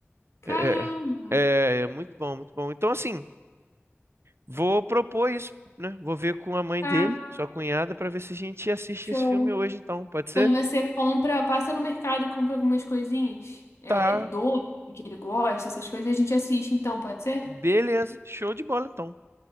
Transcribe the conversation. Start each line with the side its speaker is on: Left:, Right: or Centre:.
Left: Caramba.
Right: É, é, é é muito bom, muito bom. Então, assim, vou propor isso, né? Vou ver com a mãe
Left: Tá,
Right: dele, sua cunhada, para ver se a gente assiste
Left: show.
Right: esse filme hoje, então. Pode ser?
Left: Então você compra, passa no mercado e compra algumas coisinhas. É,
Right: Tá,
Left: doce que ele gosta, essas coisas, e a gente assiste, então, pode ser?
Right: beleza. Show de bola, então.